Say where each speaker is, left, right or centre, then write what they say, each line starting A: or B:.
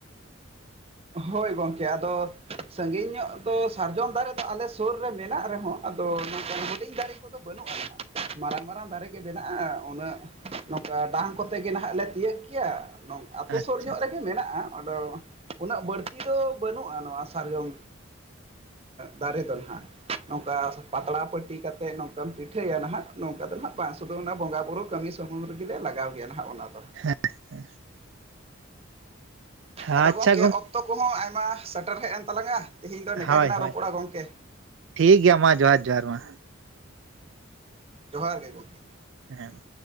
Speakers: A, on the right (about 30°); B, on the right (about 65°).
A: ᱦᱳᱭ ᱜᱚᱝᱠᱮ ᱟᱫᱚ ᱥᱟᱜᱤᱧ ᱧᱚᱜ ᱫᱚ ᱥᱟᱨᱡᱚᱢ ᱫᱟᱨᱮ ᱫᱚ ᱟᱞᱮ ᱥᱩᱨ ᱨᱮ ᱢᱮᱱᱟᱜ ᱨᱮᱦᱚᱸᱼᱼ ᱟᱫᱚ ᱦᱩᱰᱤᱧ ᱫᱟᱨᱮ ᱠᱚᱫᱚ ᱵᱟᱹᱱᱩᱜᱼᱟ ᱢᱟᱨᱟᱝ ᱢᱟᱨᱟᱝ ᱫᱟᱨᱮ ᱜᱮ ᱵᱮᱱᱟᱼᱼ ᱩᱱᱟᱹᱜ ᱱᱚᱝᱠᱟ ᱰᱟᱝ ᱠᱚᱛᱮ ᱜᱮ ᱱᱟᱦᱟᱜ ᱞᱮ ᱛᱤᱭᱳᱜ ᱜᱮᱭᱟᱼᱼ ᱟᱛᱳ
B: ᱟᱪᱪᱷᱟ
A: ᱥᱩᱨ ᱧᱚᱜ ᱨᱮᱜᱮ ᱢᱮᱱᱟᱜᱼᱟ ᱟᱫᱚ, ᱩᱱᱟᱹᱜ ᱵᱟᱹᱲᱛᱤ ᱫᱚ ᱵᱟᱹᱱᱩᱜᱼᱟ ᱱᱚᱣᱟ ᱥᱟᱨᱡᱚᱢ ᱫᱟᱨᱮ ᱫᱚ ᱱᱟᱦᱟᱜ᱾ ᱱᱚᱝᱠᱟ ᱯᱟᱛᱲᱟ ᱯᱟᱹᱴᱤ ᱠᱟᱛᱮᱜ ᱱᱚᱝᱠᱟᱢ ᱯᱤᱴᱷᱟᱹᱭᱟ ᱱᱟᱦᱟᱜ ᱱᱚᱝᱠᱟ ᱫᱚ ᱱᱷᱟᱜᱼᱼ ᱵᱟᱝ ᱥᱩᱫᱷᱩ ᱚᱱᱟ ᱵᱚᱸᱜᱟ ᱵᱩᱨᱩ ᱠᱟᱹᱢᱤ ᱥᱩᱢᱩᱢ ᱨᱮᱜᱮᱞᱮ ᱞᱟᱜᱟᱣ ᱜᱮᱭᱟ ᱦᱟᱜ ᱚᱱᱟ ᱫᱚ᱾
B: <unintelligible> ᱟᱪᱪᱷᱟ
A: ᱟᱫᱚ
B: ᱟᱪᱪᱷᱟ
A: ᱜᱚᱢᱠᱮ ᱚᱠᱛᱚ ᱠᱚᱦᱚᱸ ᱟᱭᱢᱟ ᱥᱮᱴᱮᱨ ᱦᱮᱡ ᱮᱱ ᱛᱟᱞᱟᱝᱼᱟ ᱛᱮᱦᱤᱧ ᱫᱚ ᱱᱤᱝᱠᱟ
B: ᱦᱳᱭ
A: ᱜᱮᱞᱟᱝ
B: ᱦᱳᱭ
A: ᱨᱚᱯᱚᱲᱟ ᱜᱚᱢᱠᱮ᱾
B: ᱴᱷᱤᱠ ᱜᱮᱭᱟ ᱢᱟ ᱡᱚᱦᱟᱨ ᱡᱚᱦᱟᱨ ᱢᱟ᱾
A: ᱡᱚᱦᱟᱨ ᱜᱮ ᱜᱚᱢᱠᱮ᱾
B: ᱦᱮᱸ